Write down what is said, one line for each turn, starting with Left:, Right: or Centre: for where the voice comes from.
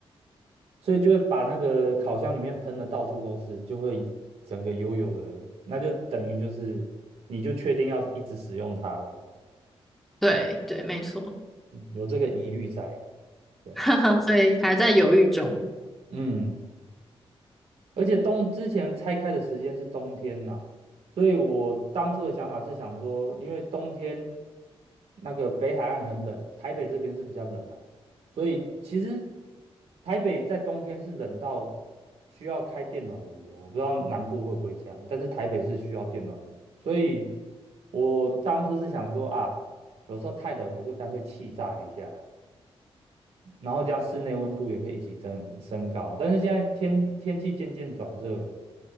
Right: 所以就会把那个烤箱里面喷的到处都是，就会整个油油的，那就等于就是你就确定要一直使用它了，
Centre: 对对，没错，
Right: 嗯有这个疑虑在，对啊，
Centre: <laughs> 所以还在犹豫中。
Right: 嗯。而且冬之前拆开的时间是冬天呐、所以我当初的想法是想说，因为冬天那个北海岸很冷，台北这边是比较冷啊，所以其实台北在冬天是冷到需要开电暖炉的，我不知道南部会不会这样，但是台北是需要电暖炉，所以我当初是想说啊，有时候太冷我就干脆气炸一下。然后这样室内温度也可以一起增升高，但是现在天天气渐渐转热了，